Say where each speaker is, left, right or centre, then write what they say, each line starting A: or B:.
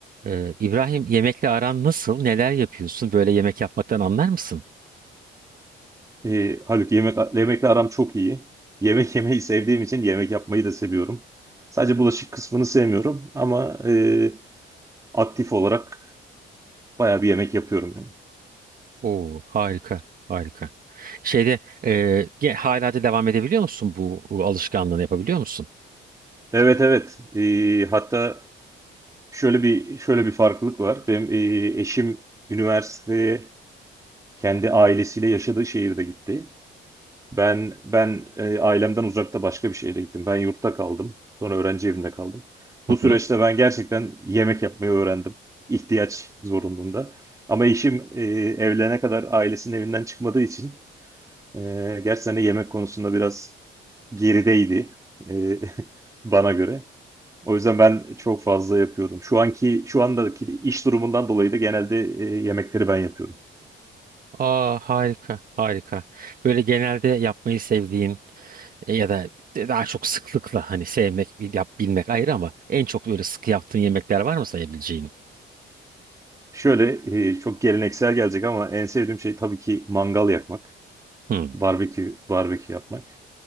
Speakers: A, on the right (about 45°); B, on the right (about 15°).
A: Ee, İbrahim yemekle aran nasıl? Neler yapıyorsun? Böyle yemek yapmaktan anlar mısın?
B: Ee, Haluk yemek, yemekle aram çok iyi. Yemek <laughs> yemeyi sevdiğim için yemek yapmayı da seviyorum. Sadece bulaşık kısmını sevmiyorum ama e, aktif olarak bayağı bir yemek yapıyorum yani.
A: Oo, harika, harika. Şeyde e, ge- hala da devam edebiliyor musun bu, bu alışkanlığını yapabiliyor musun?
B: Evet evet. Ee, hatta şöyle bir şöyle bir farklılık var. Benim e, eşim üniversiteye kendi ailesiyle yaşadığı şehirde gitti. Ben ben e, ailemden uzakta başka bir şehre gittim. Ben yurtta kaldım. Sonra öğrenci evinde kaldım. Bu
A: Hı
B: süreçte
A: hı.
B: ben gerçekten yemek yapmayı öğrendim. İhtiyaç zorunluluğunda. Ama eşim e, evlenene kadar ailesinin evinden çıkmadığı için e, gerçekten de yemek konusunda biraz gerideydi e, <laughs> bana göre. O yüzden ben çok fazla yapıyordum. Şu anki şu andaki iş durumundan dolayı da genelde e, yemekleri ben yapıyorum.
A: Aa, harika, harika. Böyle genelde yapmayı sevdiğin e, ya da daha çok sıklıkla hani sevmek, bil- yap, bilmek ayrı ama en çok böyle sık yaptığın yemekler var mı sayabileceğin?
B: Şöyle e, çok geleneksel gelecek ama en sevdiğim şey tabii ki mangal yakmak.
A: Hı.
B: Barbekü, barbekü yapmak.